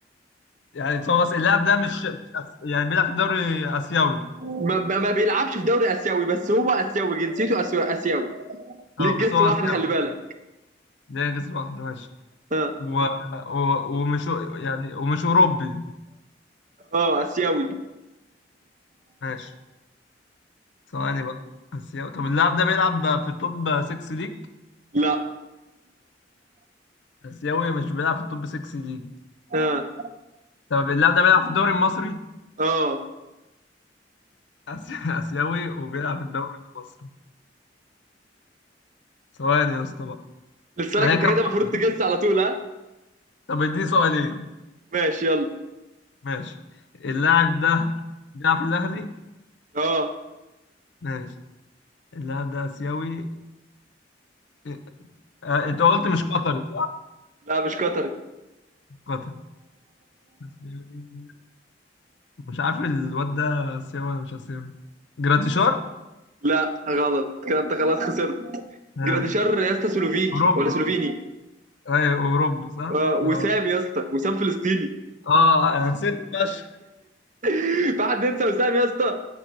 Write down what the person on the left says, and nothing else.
يعني هو بس اللاعب ده مش مش أس... يعني بيلعب في الدوري اسيوي
اه
بس هو
اسيوي
ده جنس واحد ماشي
و... و... ومش يعني ومش اوروبي
ماشي ثواني بقى اسيوي طب اللاعب ده بيلعب في التوب 6 ليج
اسيوي مش بيلعب في التوب 6 ليج
طب اللاعب ده بيلعب في الدوري المصري
أسي... <laughs> اسيوي وبيلعب في الدوري المصري ثواني يا اسطى بقى
انا
كام
سؤال
طب اديني سؤالين
ماشي اللاعب ده بيلعب في الاهلي
ماشي اللاعب ده آسيوي إيه، آه، انت قلت مش قطري صح؟
قطر آسيوي مش عارف الواد ده آسيوي ولا مش آسيوي جراتيشار؟
اه
أوروبي
أيوه أوروبي صح؟
اه
اه أنا نسيت فشخ